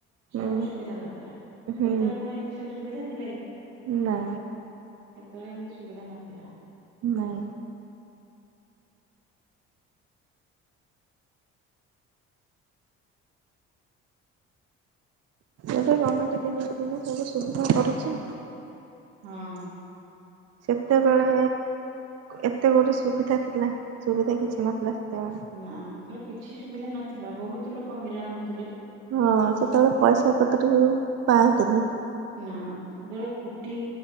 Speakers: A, on the right (about 50°); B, on the right (about 85°).
A: ହୁଁ
B: ସବୁ ସୁବିଧା କରିଦେଲା
A: ହୁଁ
B: ହେତେବେଳେ କଣ ଏମିତି ସବୁ ସୁବିଧା ଥିଲା କି।
A: ନା।
B: ହେତେବେଳେ ଏମିତି ସୁବିଧା ନଥିଲା।
A: ନାଇଁ। ଏଭେ ଗମେଣ୍ଟ ଦିନକୁ ଦିନ ସବୁ ସୁବିଧା କରୁଛି।
B: ହଁ।
A: ସେତେବେଳେ ଏତେ ଗୋଟେ ସୁବିଧା ଥିଲା ସୁବିଧା କିଛି ନଥିଲା। ସେତେବେଳେ
B: ନା ସେତେବେଳେ କିଛି ସୁବିଧା ନଥିଲା ବହୁତ ଲୋକ ହଇରାଣ ହଉଥିଲେ।
A: ହଁ ସେତେବେଳେ ପଇସାପତ୍ରକୁ ପାଆନ୍ତିନି
B: ନା ସେତେବେଳେ କୁଟି